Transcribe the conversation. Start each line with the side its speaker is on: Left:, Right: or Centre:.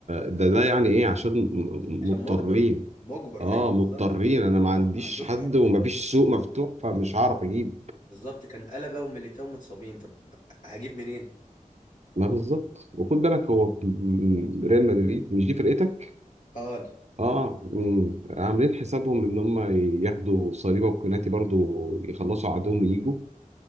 Right: ده ده يعني ايه عشان م- م-
Left: عشان
Right: مضطرين
Left: مجبر مجبر
Right: اه
Left: ايوه بالظبط
Right: مضطرين انا ما
Left: اهو
Right: عنديش
Left: ما عندوش
Right: حد
Left: حد
Right: ومفيش سوق مفتوح فمش هعرف اجيب
Left: بالظبط كان قلبه وميليتاو متصابين طب هجيب منين
Right: ما بالظبط وخد بالك هو م- م- ريال مدريد مش دي فرقتك
Left: قال
Right: اه أمم، عاملين حسابهم ان هم ياخدوا صليبه وكوناتي برضو يخلصوا عدوهم ويجوا